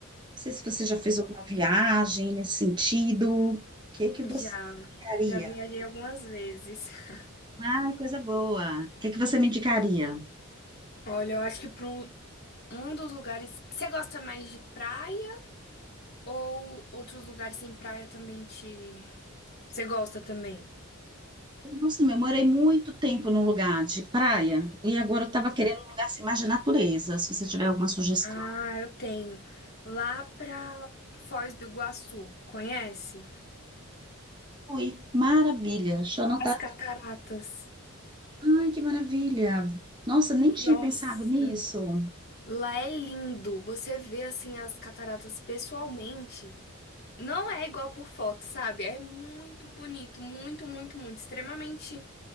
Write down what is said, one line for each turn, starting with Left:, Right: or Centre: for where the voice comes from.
Right: sei se você já fez alguma viagem nesse sentido. O que que você
Left: Já,
Right: indicaria?
Left: já viajei algumas vezes. <laughs>
Right: Ai, coisa boa. O que que você me indicaria?
Left: Olha, eu acho que para um, um dos lugares. Você gosta mais de praia ou outros lugares sem praia também te. Você gosta também?
Right: Nossa, meu, eu morei muito tempo num lugar de praia e agora eu tava querendo um lugar assim, mais de natureza. Se você tiver alguma sugestão,
Left: Ah, eu tenho. Lá pra Foz do Iguaçu, conhece?
Right: fui. Maravilha. Deixa eu anotar
Left: As cataratas.
Right: Ai, que maravilha! Nossa, nem tinha
Left: Nossa.
Right: pensado nisso.
Left: Lá é lindo. Você vê assim as cataratas pessoalmente. Não é igual por foto, sabe? É muito bonito, muito, muito, muito, extremamente